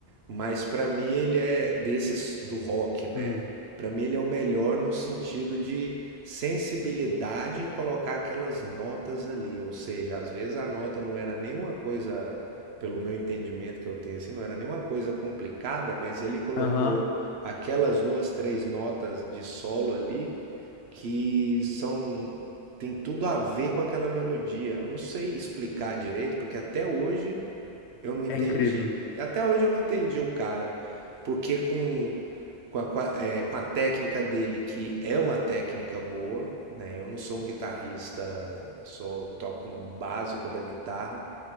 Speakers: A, on the right; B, on the left.
A: Mas pra mim ele é desses do rock, né?
B: Hum.
A: Pra mim ele é o melhor no sentido de sensibilidade em colocar aquelas notas ali, ou seja, às vezes a nota não era nenhuma coisa, pelo meu entendimento que eu tenho assim, não era nenhuma coisa complicada, mas ele colocou
B: Aham,
A: aquelas duas, três notas de solo ali que são tem tudo a ver com aquela melodia. Eu não sei explicar direito, porque até hoje eu não entendi.
B: É incrível.
A: Até hoje eu não entendi o cara, porque com com a, com a- é, com a técnica dele, que é uma técnica boa, né? Eu não sou um guitarrista, sou toco um básico da guitarra,